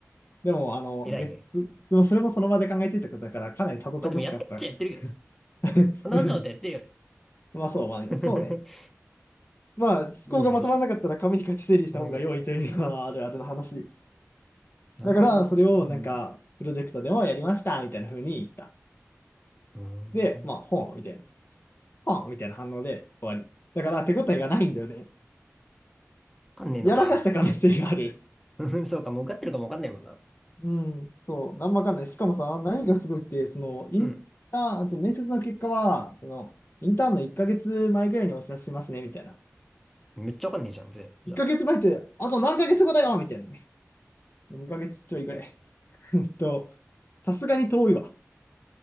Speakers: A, on the left; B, in the centre.
A: でも、あの、
B: 偉いね。
A: で、つそれもその場で考えついたことだから、かなりたどたどしかった。
B: まあでもやってっちゃやってるけどね。
A: <laughs>
B: 話をってよね。
A: うんまあそう、まあね、
B: <laughs>
A: そうね。まあ、思考がまとまらなかったら紙に書いて整理した方が良いというのはあるあるの話。
B: 無事に起こしてる。何が変わるなるほどね。
A: だから、それをなんか、
B: うん。う
A: プロジェクトでもやりましたみたいな風に言った。
B: ん。
A: で、まあ、ほうみたいな、ほうみたいな反応で終わり。だから、手応えがないんだよね。
B: わかんねえのか。
A: やらかした可能性がある。
B: <laughs> そうか、もう受かってるかもわかんないもんな。
A: うん、そう、なんもわかんない。しかもさ、何がすごいって、その、インターン、
B: うん。
A: あと面接の結果は、その、インターンの1ヶ月前ぐらいにお知らせしますね、みたいな。
B: めっちゃわかんねえじゃん、ぜ。じゃあ、
A: 1ヶ月前って、あと何ヶ月後だよみたいなね。ヶ月ちょいぐらい。<laughs> えっと、さすがに遠いわ。